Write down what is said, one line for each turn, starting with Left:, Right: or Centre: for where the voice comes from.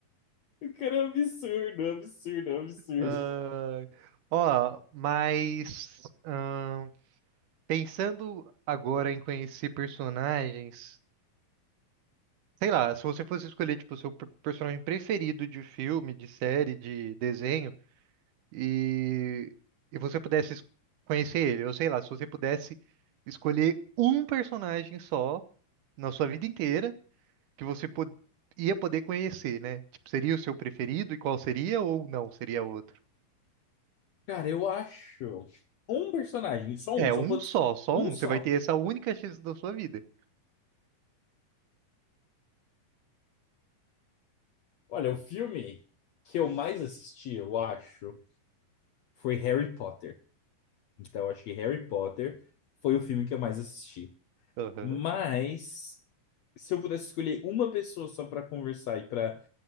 Left: O cara é um absurdo, é um absurdo, é um absurdo.
Right: Ah, Ó, mas ahn, pensando agora em conhecer personagens, sei lá, se você fosse escolher, tipo, o seu per- personagem preferido de filme, de série, de desenho. e, e você pudesse es- conhecer ele, ou sei lá, se você pudesse escolher um personagem só na sua vida inteira que você po- ia poder conhecer, né? Tipo, seria o seu preferido e qual seria ou não seria outro?
Left: Cara, eu acho um personagem, só um,
Right: É,
Left: só
Right: um
Left: pode,
Right: só, só
Left: um
Right: um.
Left: só.
Right: Você vai ter essa única chance da sua vida.
Left: Olha, o filme que eu mais assisti, eu acho, foi Harry Potter. Então, eu acho que Harry Potter foi o filme que eu mais assisti.
Right: Aham.
Left: Mas, se eu pudesse escolher uma pessoa só para conversar e para,